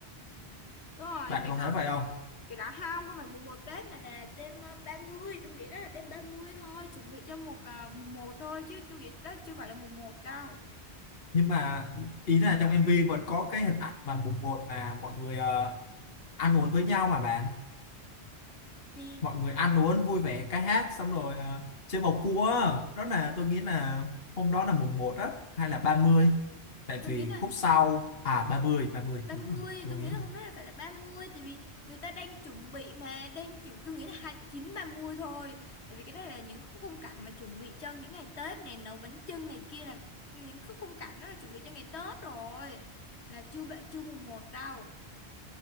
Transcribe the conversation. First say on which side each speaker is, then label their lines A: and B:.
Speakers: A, on the left; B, on the left.
A: Đúng rồi,
B: bạn
A: cái
B: có
A: đó,
B: thấy vậy không?
A: cái đó không, không phải mùng một Tết mà là đêm ờ, ba mươi tôi nghĩ đó là đêm 30 thôi, chuẩn bị cho một ờ, mùng một thôi chứ tôi nghĩ Tết chưa phải là mùng một đâu.
B: Nhưng mà ý là trong MV vẫn có cái hình ảnh mà mùng một là mọi người ờ, ăn uống với nhau mà bạn.
A: Thì
B: mọi người
A: ừ,
B: ăn uống vui vẻ ca hát xong rồi ờ, chơi bầu cua á. đó là tôi nghĩ là hôm đó là mùng một á hay là 30, tại
A: tôi
B: vì
A: nghĩ là
B: khúc sau à ba mươi ba mươi
A: ba
B: đúng
A: mươi
B: rồi tôi
A: tôi
B: nghĩ
A: nghĩ là
B: là
A: hôm nay là phải là ba mươi tại vì người ta đang chuẩn bị mà đang chuẩn tôi nghĩ là hai mươi chín ba mươi thôi. Tại vì cái đây là những khu khung cảnh mà chuẩn bị cho những ngày Tết này nấu bánh chưng này kia là những cái khung cảnh đó là chuẩn bị cho ngày Tết rồi. Là chưa ba- chưa mùng một đâu.